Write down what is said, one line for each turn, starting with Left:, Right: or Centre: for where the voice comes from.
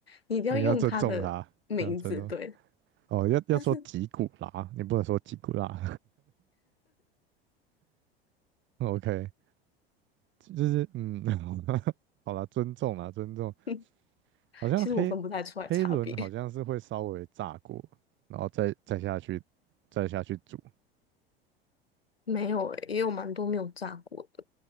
Left: 你一定要用它的名字，
Right: <laughs> 你要尊重他，你要尊重。
Left: 对，
Right: 哦，要要说吉古拉，
Left: 它是，
Right: 你不能说吉古拉。<laughs> OK，就是嗯，<laughs> 好啦，尊重啦，尊重。
Left: <laughs>
Right: 好像黑
Left: 其实我分不太出来差别，
Right: 黑轮好像是会稍微炸过，然后再再下去，再下去煮。
Left: 没有诶、也有蛮多没有炸过的，